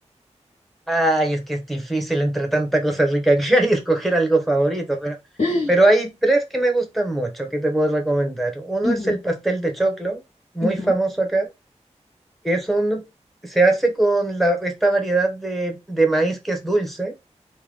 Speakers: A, in the centre; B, on the left.
A: Ay, es que es difícil entre tanta cosa rica que hay <laughs> escoger algo favorito, pero,
B: <gasps>
A: pero hay tres que me gustan mucho que te puedo recomendar. Uno
B: Ujú,
A: es el pastel de choclo, muy
B: ujú.
A: famoso acá, que es un, se hace con la, esta variedad de, de maíz que es dulce